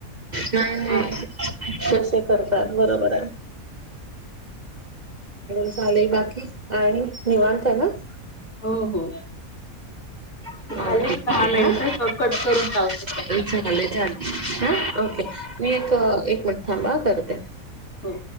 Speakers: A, on the right (about 35°); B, on the left (about 70°).
A: नाई नाई
B: आ
A: कसे करतात. बरोबराय <unintelligible> चाले बाकी आणि निवांत ना?
B: हो हो.
A: <unintelligible> के
B: झाले ना दहा मिनिटं
A: हा, <unintelligible>
B: क कट करून लावते परत.
A: झाले झाले हा ओके नई एक एक मिनट थांबा करते.
B: हो.